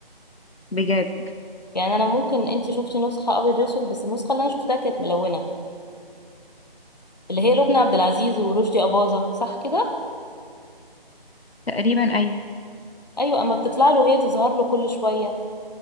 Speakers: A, on the left; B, on the left.
A: بجد
B: يعني انا ممكن انت شفتي نسخه ابيض واسود بس النسخه اللي انا شفتها كانت ملونه اللي هي لبنى عبد العزيز ورشدي اباظه صح كده
A: تقريبا أيوه
B: ايوه اما بتطلع له هي تظهر له كل شويه